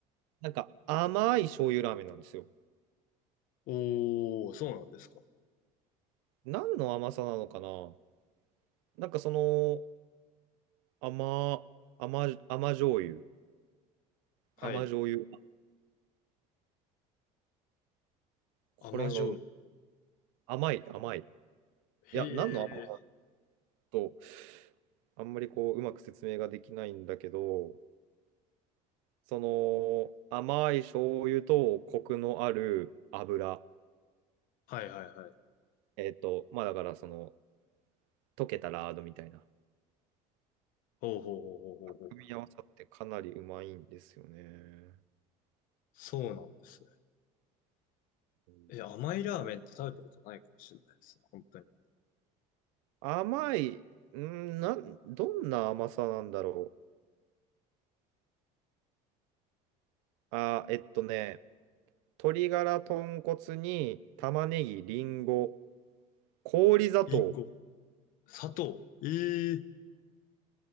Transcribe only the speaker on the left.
おー、そうなんですか。
はい。
甘醤油。
へ
え。
はいはいはい。
ほうほうほうほうほうほう。
そうなんですね。
え、甘いラーメンって食べたことないかもしれないですね。本当に。
りんご。砂糖。ええー